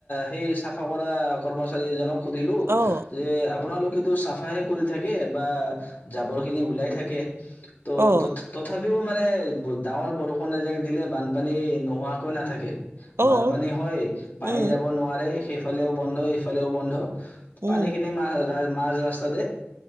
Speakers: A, on the left (about 45°); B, on the right (about 70°).
A: সেই চাফা কৰা কৰ্মচাৰী এজনক সুধিলো
B: অ',
A: যে আপোনালোকেতো চাফ চাফাহে কৰি থাকে বা জাবৰ খিনি গোলাই থাকে ত
B: অ',
A: তত তথাপিও মানে ডাঙৰ বৰষুণ এজাক দিলে বানপানী নোহোৱাকৈ নাথাকে
B: অ',
A: বানপানী হৈ পানী
B: উম,
A: যাব নোৱাৰে। সেইফালেও বন্ধ এইফালেও বন্ধ পানী
B: উম,
A: খিনি মা <inaudible> মাজ ৰাস্তাতে